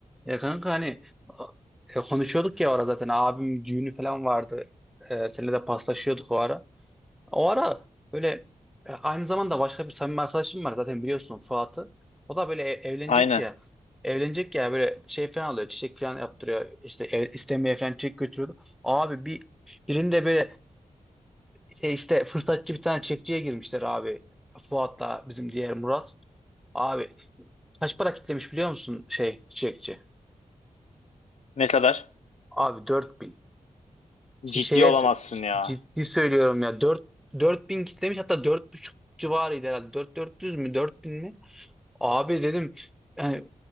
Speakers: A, in the centre; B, on the left.
A: Ya kanka hani e, konuşuyorduk ya o ara zaten abim düğünü falan vardı. E, seninle de paslaşıyorduk o ara. O ara böyle e, aynı zamanda başka bir samimi arkadaşım var zaten biliyorsun Fuat'ı. O da böyle e- evlenecek
B: Aynen.
A: ya. Evlenecek ya böyle şey falan alıyor çiçek falan yaptırıyor. İşte ev, istemeye falan çiçek götürüyordu. Abi bir birinde böyle şey işte fırsatçı bir tane çekçiye girmişler abi. Fuat'la bizim diğer Murat. Abi kaç para kitlemiş biliyor musun şey çiçekçi?
B: Ne kadar?
A: Abi dört bin Şeye
B: Ciddi olamazsın ya.
A: ciddi söylüyorum ya dört dört bin kitlemiş hatta dört buçuk civarıydı herhalde. dört bin dört 400 mü 4000 mi? Abi dedim yani